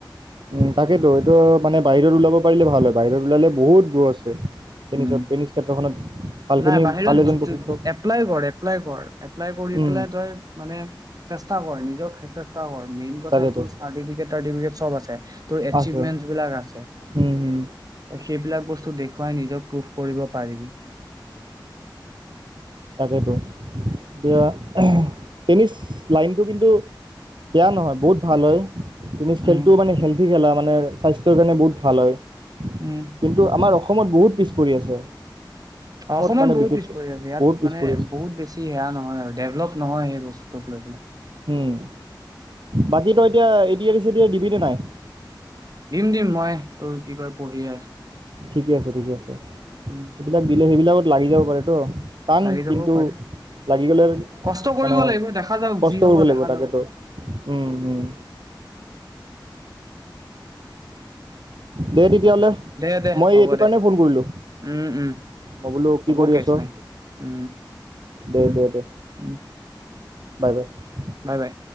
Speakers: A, on the right; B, on the right.
A: উম তাকেতো এইটো মানে বাহিৰত ওলাব পাৰিলে ভাল হয় বাহিৰত ওলালে বহুত দূৰ আছে ৰ টেনিছত
B: উম,
A: টেনিছ ক্ষেত্ৰখনত ভালখিনি
B: নাই বাহিৰত
A: ভাল এজন প্ৰশিক্ষক
B: এপ্লাই কৰ, এপ্লাই কৰ, এপ্লাই কৰি
A: উম,
B: পেলাই তই মানে চেষ্টা কৰ নিজক চেষ্টা কৰ। মেইন কথা
A: তাকেতো
B: তোৰ চাৰ্টিফিকেট চাৰ্টিফিকেত চব আছে। তোৰ এচিভমেন্ট
A: আছে
B: বিলাক আছে
A: উম, হুম,
B: সেইবিলাক বস্তু দেখ তই নিজক প্ৰুভ কৰিব পাৰিবি।
A: তাকেতো এতিয়া টেনিছ লাইনটো কিন্তু বেয়া নহয় বহুত ভাল হয় টেনিছ খেলটো
B: উম
A: মানে খেল কি খেলা মানে স্বাস্থ্যৰ কাৰণে বহুত ভাল হয়।
B: উম
A: কিন্তু আমাৰ অসম অসমত বহুত পিছ পৰি আছে
B: অসমত
A: মানে
B: বহুত
A: বিশেষকৈ
B: পিছ পৰি আছে ইয়াত
A: বহুত পিছ
B: মানে
A: পৰি আছে
B: বহুত বেছি সেয়া নহয় আৰু ডেভলপ নহয় এই বস্তুটোক লৈ
A: উম, বাকী তই এতিয়া এটিএৰচিতি দিবিনে নাই?
B: দিম, দিম মই তোৰ কি কয় পঢ়ি আছো।
A: ঠিকে আছে ঠিকে আছে
B: উম
A: সেইবিলাক দিলে সেইবিলাকত লাগি যাব পাৰে তো টান
B: লাগি যাবও
A: কিন্তু
B: পাৰে।
A: লাগি গ'লে
B: কষ্ট কৰিব
A: মানে
B: লাগিব দেখা যাওক
A: কষ্ট
B: যি হব
A: কৰিব লাগিব
B: দেখা
A: তাকেতো।
B: যাব। উম,
A: ও ওম দে দি তেতিয়াহ'লে
B: দে দে
A: মই
B: হ'ব
A: এইটো
B: দে
A: কাৰণেই ফোন কৰিলোঁ
B: উম উম
A: মই বোলো
B: হ'ব
A: কি কৰি
B: কেচ
A: আছ।
B: নাই। উম
A: দে
B: উম
A: দে দে
B: উম
A: বাই বাই
B: বাই বাই